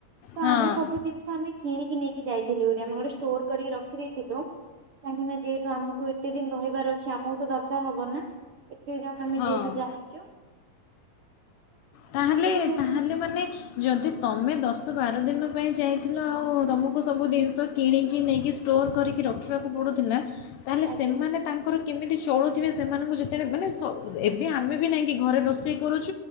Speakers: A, on the right; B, on the left.
A: ତ
B: ହଁ
A: ଆମେ ସବୁ ଜିନିଷ ଆମେ କିଣିକି ନେଇ କି ଯାଇଥିଲୁ ଆମେ ଗୋଟେ ଷ୍ଟୋର କରି ର ଖି ଥିଲୁ। କାହିଁକି ନା ଯେହେତୁ ଆମକୁ ଏତେ ଦିନ ରହିବାର ଅଛି ଆମକୁ ତ ଦରକାର ହବ ନା। କେତେ ଜଣ ଆମେ
B: ହଁ
A: ଯେହେତୁ ଯାହିଛୁ
B: ତାହେଲେ
A: ଯେହେତୁ
B: ତାହେଲେ ମାନେ ଯଦି ତମେ ଦଶ ବାର ଦିନ ତମେ ଯାଇଥିଲ ଆଉ ତୁମକୁ ସବୁ ଜିନିଷ କିଣିକି ନେଇକି ଷ୍ଟୋର୍ କରିକି ରଖିବାକୁ ପଡ଼ୁଥିଲା। ତାହେଲେ
A: ଆଜ୍ଞା
B: ସେମାନେ ତାଙ୍କର କେମିତି ଚଳୁଥିବେ ସେମାନଙ୍କୁ ଯେତେବେଳେ ମାନେ ଏବେ ଆମେ ବି ନାଇଁ କି ଘରେ ରୋଷେଇ କରୁଛ